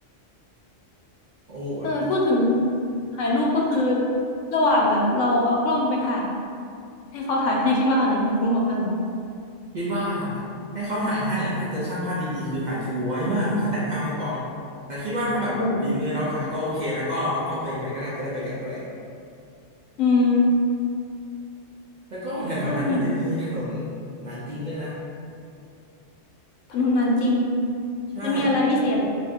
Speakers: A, on the right; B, on the left.
A: โอ้โห
B: เออพูดถึงถ่ายรูปก็คือระหว่างแบบเราเอากล้องไปถ่ายให้เขาถ่ายให้คิดว่าอันไหนมันคุ้มกว่ากันเหรอ
A: คิดว่าให้เขาถ่ายให้อ่ะถ้าเจอช่างภาพดีๆคือถ่ายสวยมากเลยเขาแต่งภาพให้พร้อมแต่คิดว่าถ้าแบบฝีมือเราถ่ายก็โอเคแล้วก็เอากล้องตัวเองไปก็ได้จะได้ประหยัดด้วย
B: โอ้โหอืม
A: แล้วก็แถวๆนั้นมันจะมีถนน
B: เออนี่
A: หนานจริงด้วยนะ
B: ถนนนานจริง
A: ใช่
B: มันมีอะไรพิเศษ